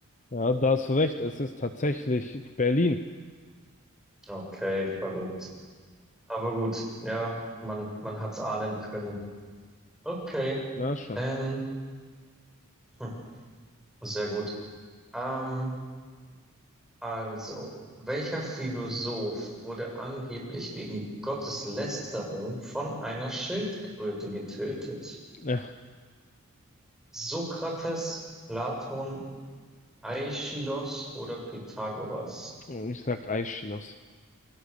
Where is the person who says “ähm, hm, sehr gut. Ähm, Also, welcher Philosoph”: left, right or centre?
Centre